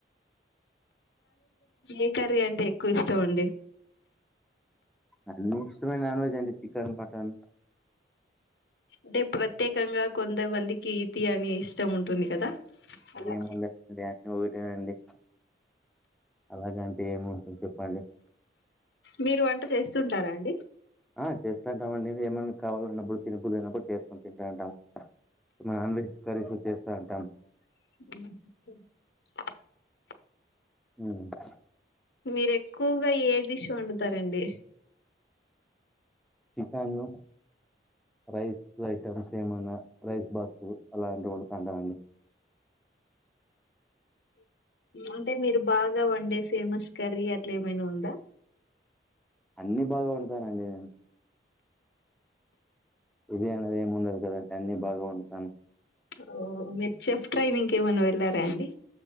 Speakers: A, on the left; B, in the centre.
A: ఏ కర్రీ అంటే ఎక్కువ ఇష్టం అండి
B: అన్ని ఇష్టమే నాన్ వెజ్ అండి చికెన్, మటన్
A: అంటే ప్రత్యేకంగా కొంతమందికి ఇది అని ఇష్టం ఉంటుంది కదా అలా
B: ఏముంది ఒకటేనండి అలాగంటే ఏమి ఉంటుంది చెప్పండి
A: మీరు వంట చేస్తుంటారాండి
B: ఆ చేస్తాంటాం అండి ఏమైన్నా కావాలన్నప్పుడు తినబుద్ది అయినప్పుడు చేసుకొని తింటాంటాము. నాన్ వెజ్ కర్రీస్ చేస్తాంటాము
A: అ
B: మ్మ్
A: మీరు ఎక్కువగా ఏ డిష్ వండుతారండి
B: చికెన్, రైస్ ఐటమ్స్ ఏమన్నా రైస్ బాతు అలాంటి వండుతాంటం అండి
A: అంటే మీరు బాగా వండే ఫేమస్ కర్రీ అట్లా ఏమైనా ఉందా
B: అన్ని బాగా వండుతానండి ఇది అనేది ఏమి ఉండదు కదండి అన్నిీ బాగా వండుతాను
A: ఓ మీరు చెఫ్ ట్రైనింగ్ కి ఏమైనా వెళ్లారా అండి